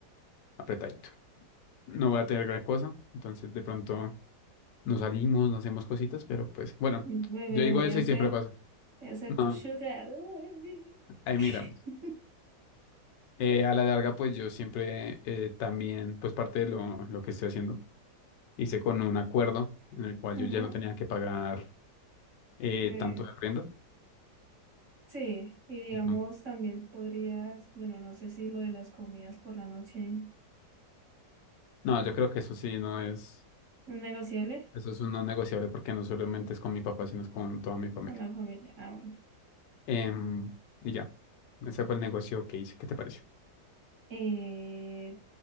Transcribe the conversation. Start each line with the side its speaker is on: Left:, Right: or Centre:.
Left: apretadito. No voy a tener gran cosa, entonces de pronto nos salimos, nos hacemos cositas, pero pues bueno,
Right: bebé,
Left: yo digo
Right: voy
Left: eso
Right: a hacer,
Left: y siempre pasa.
Right: voy a hacer
Left: No,
Right: tu sugar. Uy.
Left: ahí mira.
Right: <laughs>
Left: Eh, a la larga, pues yo siempre eh, también, pues parte de lo, lo que estoy haciendo, hice con un acuerdo en el cual
Right: Ujú,
Left: yo ya no tenía que pagar eh,
Right: bebé.
Left: tanto de arriendo.
Right: Sí, y digamos
Left: Ujú.
Right: también podrías, bueno, no sé si lo de las comidas por la noche
Left: No, yo creo que eso sí no es,
Right: no es negociable
Left: eso es un no negociable porque no solamente es con mi papá, sino es con toda mi familia.
Right: con la familia. Ah, bueno.
Left: Em, y ya, ese fue el negocio que hice. ¿Qué te pareció?
Right: Eh,